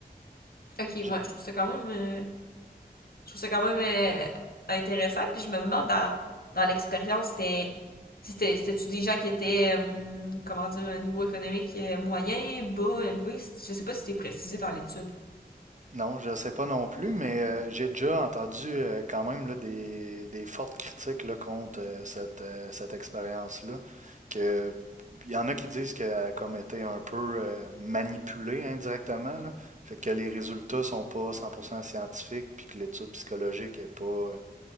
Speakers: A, on the left; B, on the right.
A: Ok, ouais,
B: Je-
A: je trouve ça quand même. euh, Je trouve ça quand même euh, intéressant. Puis je me demande dans, dans l'expérience, c'était c'était c'était-tu des gens qui étaient euh, comment dire à un niveau économique euh, moyen, bas, élevé? Je sais pas si c'était précisé dans l'étude.
B: Non, je sais pas non plus, mais euh, j'ai déjà entendu euh, quand même là, des, des fortes critiques là, contre euh, cette, euh, cette expérience-là. Que il y en a qui disent qu'elle a comme été un peu euh, manipulée indirectement, là. Fait que les résultats sont pas 100% scientifiques, puis que l'étude psychologique est pas euh,